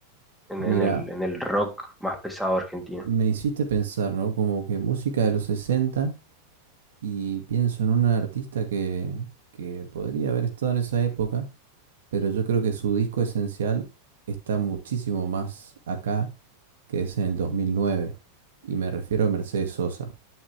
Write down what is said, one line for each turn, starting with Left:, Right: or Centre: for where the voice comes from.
Centre: en,
Right: Mira,
Centre: en el, en el rock más pesado argentino.
Right: me hiciste pensar, ¿no? Como que música de los 60 y pienso en una artista que, que podría haber estado en esa época pero yo creo que su disco esencial está muchísimo más acá que es en el 2009, y me refiero a Mercedes Sosa.